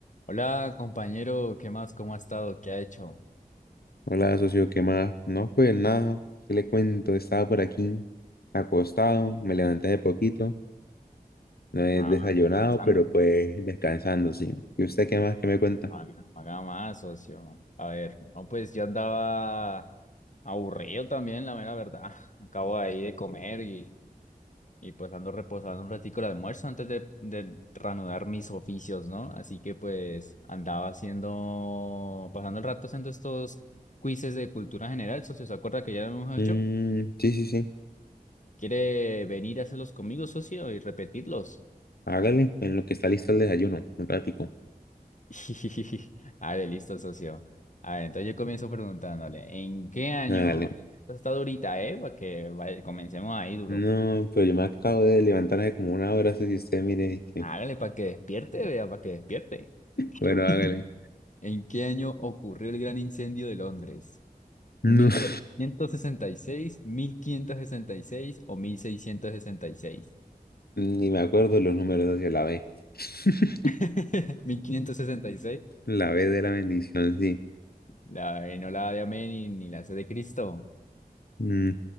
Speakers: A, on the left; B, on the left.
A: Hola, compañero, ¿qué más? ¿Cómo ha estado? ¿Qué ha hecho?
B: Hola, socio, ¿qué más? No, pues nada, ¿qué le cuento? Estaba por aquí acostado, me levanté de poquito, no he
A: Ah,
B: desayunado,
A: descansando.
B: pero pues descansando, sí. ¿Y usted qué más? ¿Qué me cuenta?
A: Ah, no Haga más, socio. A ver, no, pues yo andaba aburrido también, la mera verdad. <laughs> Acabo ahí de comer y, y pues ando reposando un ratico el almuerzo antes de, de reanudar mis oficios, ¿no? Así que pues andaba haciendo, pasando el rato haciendo estos quizzes de cultura general, socio. ¿Se acuerda que ya lo hemos
B: Mm,
A: hecho?
B: sí, sí, sí,
A: ¿Quiere venir a hacerlos conmigo, socio, y repetirlos?
B: hágale, en lo que está listo el desayuno, un ratico,
A: <laughs> ¡Ah, de listo, socio. A ver, entonces yo comienzo preguntándole, ¿en qué año?
B: hágale.
A: Esto está durita, ¿eh? Para que vaya- comencemos ahí duro.
B: No, pero yo me acabo de levantar hace como una hora, si usted mire, dije,
A: Hágale para que despierte, vea, para que despierte.
B: bueno, hágale.
A: <laughs> ¿En qué año ocurrió el gran incendio de Londres? Mil
B: No,
A: mil
B: <laughs>
A: cuatrocientos sesenta sesenta y seis, mil quinientos sesenta y seis o mil seiscientos sesenta y seis.
B: ni me acuerdo los números hacia la B, <laughs>
A: <laughs> seis. Mil quinientos sesenta y seis.
B: la B de la bendición, sí.
A: La, E no la A de Amén ni, ni la C de Cristo.
B: Mm,